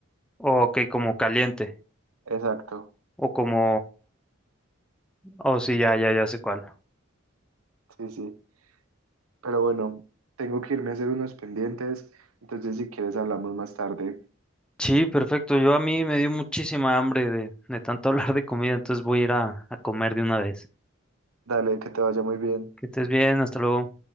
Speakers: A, in the centre; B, on the right.
A: O que como caliente.
B: Exacto.
A: O como... O sí, ya, ya, ya sé cuál.
B: Sí, sí. Pero bueno, tengo que irme a hacer unos pendientes, entonces si quieres hablamos más tarde.
A: Sí, perfecto. Yo a mí me dio muchísima hambre de, de tanto <laughs> hablar de comida, entonces voy a ir a, a comer de una vez.
B: Dale, que te vaya muy bien.
A: Que estés bien, hasta luego.